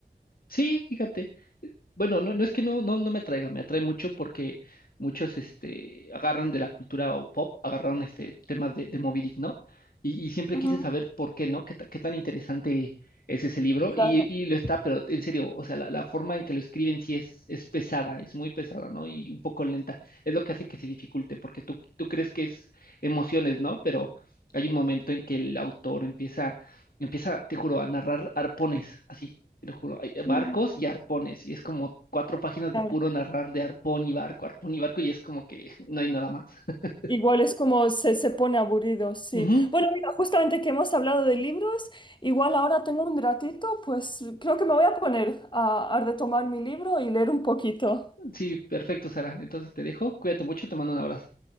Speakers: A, on the left; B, on the left.
A: Sí, fíjate. eh, Bueno, no, no es que no, no, no me atraiga, me atrae mucho porque muchos este, agarran de la cultura o pop, agarraron este, temas de, de Moby Dick, ¿no? Y, y siempre
B: Ujú,
A: quise saber por qué, ¿no? Qué, ta- qué tan interesante es ese libro.
B: claro.
A: Y, y lo está, pero en serio, o sea, la, la forma en que lo escriben sí es, es pesada, es muy pesada, ¿no? Y un poco lenta. Es lo que hace que se dificulte, porque tú, tú crees que es emociones, ¿no? Pero hay un momento en que el autor empieza, empieza, te juro, a narrar arpones así te lo juro, hay barcos
B: Mm.
A: y arpones, y es como cuatro páginas
B: Claro.
A: de puro narrar de arpón y barco, arpón y barco, y es como que <laughs> no hay nada más. <laughs>
B: Igual es como se, se pone aburrido, sí.
A: Ujú,
B: Bueno, mira, justamente que hemos hablado de libros, igual ahora tengo un ratito, pues creo que me voy a poner a, a retomar mi libro y leer un poquito.
A: Sí, perfecto, Sara. Entonces te dejo, cuídate mucho, te mando un abrazo.